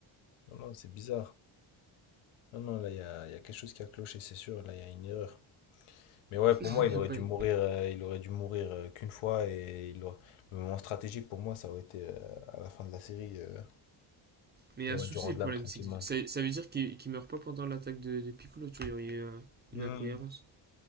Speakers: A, on the left; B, on the right.
A: Non, non, c'est bizarre. Non, non, là, il y a, il y a quelque chose qui a cloché, c'est sûr. Là, il y a une erreur. Mais ouais, pour moi,
B: <laughs>
A: il aurait dû mourir, euh, il aurait dû mourir euh, qu'une fois. Et il aurait- le moment stratégique, pour moi, ça aurait été euh, à la fin de la série. euh,
B: Mais il
A: il
B: y a
A: aurait
B: un souci,
A: dû rendre
B: le problème,
A: l'âme tranquillement.
B: c'est que ça, ça veut dire qu'il qu'il meurt pas pendant l'attaque de, de Piccolo, tu vois, il y aurait eu euh,
A: Hmm.
B: une incohérence.